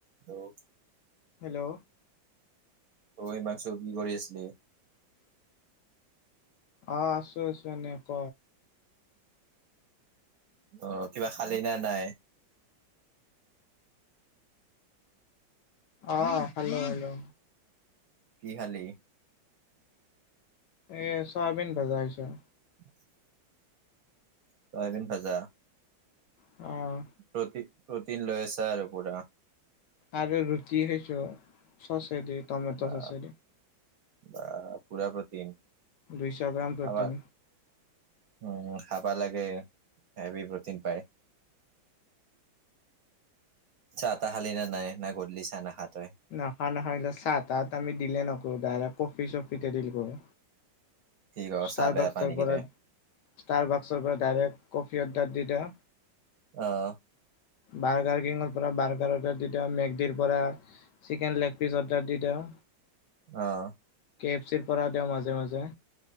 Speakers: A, on the right (about 55°); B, on the left (about 70°).
A: Hello!
B: Hello!
A: ঐ হিমাংশু কি কৰি আছিলি?
B: আঁহ আছো আছো এনে, ক।
A: অ কিবা খালি না নাই?
B: অঁ খালো খালো।
A: কি খালি?
B: এ চয়াবিন ভাজা খাইছোঁ।
A: <inaudible> চয়াবিন ভাজা?
B: অহ',
A: প্ৰটিন লৈ আছা আৰু পুৰা?
B: আৰু ৰুটি খাইছোঁ, চছে দি টমেট
A: বা
B: চছেদি।
A: বা পুৰা প্ৰটিন?
B: দুইচ গ্ৰাম প্ৰটিন।
A: খাবা উম, খাবা লাগে, হেভি প্ৰটিন পায়। চাহ টা খালি নে নাই না গধলি চাহ নাখা? তই?
B: নাখাওঁ -নাখাওঁ এইগিলা চাহ তাহত আমি ডিলে নকৰোঁ। ডাইৰেক্ট কফি -চফিতে দিল কৰোঁ।
A: কি ক
B: ষ্টাৰ
A: চাহ বেয়া
B: বক্সৰ
A: পা নেকি
B: পৰা
A: তই?
B: -ষ্টাৰ বক্সৰ পৰা ডাইৰেক্ট কফি অৰ্ডাৰ দি দেও
A: অহ
B: বাৰ্গাৰ কিঙৰ পৰা বাৰ্গাৰ অৰ্ডাৰ দি দেও মেক দিৰ পৰা চিকেন লেগ পিচ অৰ্ডাৰ দি দেও
A: অহ
B: কে এফ চিৰ পৰা দেওঁ মাজে - মাজে।